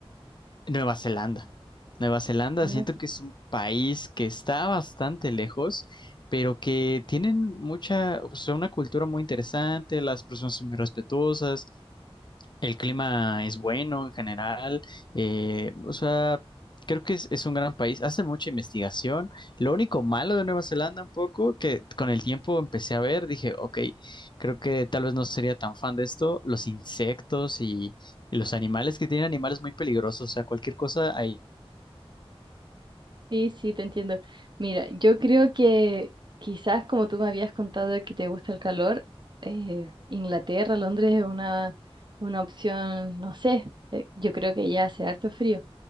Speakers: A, on the left; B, on the right.
A: Nueva Zelanda. Nueva Zelanda
B: no
A: siento
B: sé.
A: que es un país que está bastante lejos, pero que tienen mucha, o sea, una cultura muy interesante, las personas son muy respetuosas. El clima es bueno en general, eh, o sea, creo que es, es un gran país, hacen mucha investigación. Lo único malo de Nueva Zelanda un poco, que con el tiempo empecé a ver, dije, ok, creo que tal vez no sería tan fan de esto, los insectos y, y los animales que tienen animales muy peligrosos, o sea, cualquier cosa ahí.
B: Sí, sí, te entiendo. Mira, yo creo que quizás como tú me habías contado que te gusta el calor, eh, Inglaterra, Londres es una, una opción, no sé, eh, yo creo que ya hace harto frío.